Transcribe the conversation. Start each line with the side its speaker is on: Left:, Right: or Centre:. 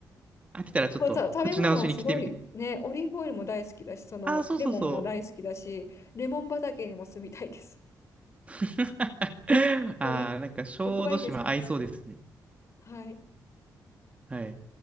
Right: 飽きたらちょっと、
Left: もうた、食べ物はすごいね、
Right: 口直しに来てみて。
Left: オリーブオイルも大好きだし、その、
Right: ああ、そうそうそう。
Left: レモンも大好きだし、レモン畑にも住みたいです。
Right: <laughs>
Left: で、もういい、
Right: ああ、なんか、小豆島合いそうですね。
Left: 欲張りですね。はい。
Right: はい。